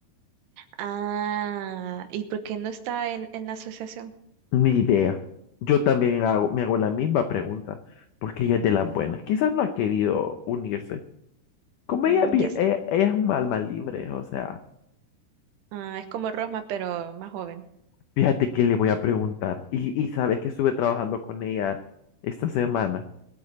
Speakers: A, on the right; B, on the left.
A: Ah, ¿y por qué no está en, en la asociación?
B: Ni idea. Yo también hago, me hago la misma pregunta, porque ella es de las buenas. Quizás no ha querido unirse. Como
A: Mm,
B: ella, es bien-
A: y es,
B: ella, ella es un alma libre, o sea,
A: ah, es como Rosma, pero más joven,
B: fíjate que le voy a preguntar. Y, y sabes que estuve trabajando con ella esta semana